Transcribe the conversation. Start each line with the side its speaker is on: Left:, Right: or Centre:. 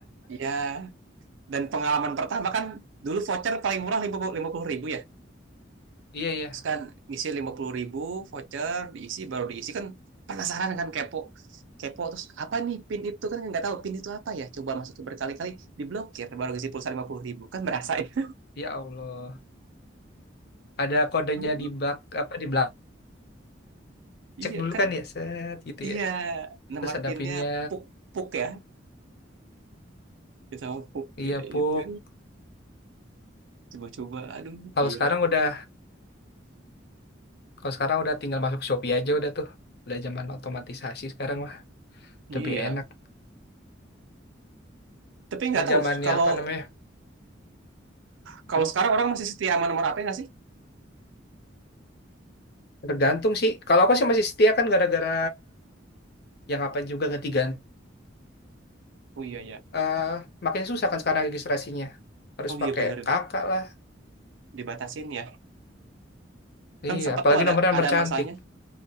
Right: Iya. dan pengalaman pertama kan dulu voucher paling murah lima puluh ribu ya
Left: Iya, iya.
Right: terus kan ngisi lima puluh ribu voucher diisi baru diisi kan penasaran kan kepo kepo terus apa nih pin itu kan nggak tahu pin itu apa ya coba masukin berkali-kali diblokir baru ngisi pulsa lima puluh ribu kan merasa ya
Left: Ya Allah. Ada kodenya
Right: Oh,
Left: di bak apa di belakang.
Right: iya
Left: Cek dulu
Right: kan
Left: kan ya, set gitu
Right: iya
Left: ya.
Right: nomor
Left: Terus ada
Right: pinnya
Left: pinnya.
Right: puk puk ya kita mau puk
Left: Iya,
Right: ya
Left: Puk.
Right: itu coba-coba aduh
Left: Kalau
Right: gila
Left: sekarang udah kalau sekarang udah tinggal masuk Shopee aja udah tuh. Udah zaman otomatisasi sekarang mah
Right: iya
Left: lebih enak.
Right: tapi
Left: Ini
Right: nggak tahu
Left: zamannya
Right: kalau
Left: apa namanya?
Right: kalau
Left: Hmm,
Right: sekarang orang masih setia sama nomor apa nggak sih
Left: Tergantung sih. Kalau aku sih masih setia kan gara-gara yang apa juga ganti-ganti.
Right: oh iya ya
Left: Eh, makin susah kan sekarang registrasinya. Harus
Right: oh
Left: pakai
Right: iya bener
Left: kakak lah.
Right: dibatasin ya.
Left: Iya,
Right: Kan sempet
Left: apalagi
Right: tuh ada
Left: nomornya nomor
Right: ada
Left: cantik.
Right: masanya.